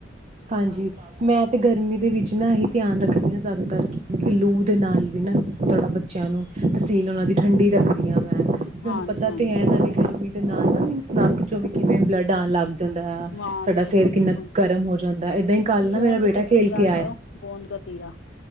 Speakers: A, on the right (about 35°); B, on the left (about 80°).
A: ਹਾਂਜੀ ਮੈਂ ਤੇ ਗਰਮੀ ਦੇ ਵਿੱਚ ਨਾ ਹੀ ਧਿਆਨ ਰੱਖਦੀ ਹਾਂ ਜ਼ਿਆਦਾਤਰ ਕਿਉਂਕਿ ਲੂ ਦੇ ਨਾਲ ਵੀ ਨਾ ਥੋੜ੍ਹਾ ਬੱਚਿਆਂ ਨੂੰ ਤਹਿਸੀਲ ਉਹਨਾਂ ਦੀ ਠੰਢਡੀ ਰੱਖਦੀਆਂਾ ਤੁਹਾਨੂੰ
B: ਹਾਂਜੀ
A: ਪਤਾ
B: ਹਾਂਜੀ
A: ਤੇ ਹੈਨਾਂ ਦੀ ਗਰਮੀ ਦੇ ਨਾਲ ਨਾ ਮੀਨਸ ਨੱਕ ਚੋਂ ਵੀ ਕਿਵੇਂ ਬਲੱਡ ਆਉਣ ਲੱਗ ਜਾਂਦਾ
B: ਹਾਂ
A: ਸਾਡਾ
B: ਬਿਲਕੁਲ
A: ਸਰ
B: ਬਿਲਕੁਲ
A: ਕਿੰਨਾ ਗਰਮ ਹੋ ਜਾਂਦਾ ਏਦਾਂ ਹੀ ਕੱਲ ਨਾ
B: ਗੋਂਦ
A: ਮੇਰਾ ਬੇਟਾ
B: ਕਤੀਰਾ
A: ਖੇਲ ਕੇ ਆਇਆ
B: ਦਿਓ ਗੋਂਦ ਕਤੀਰਾ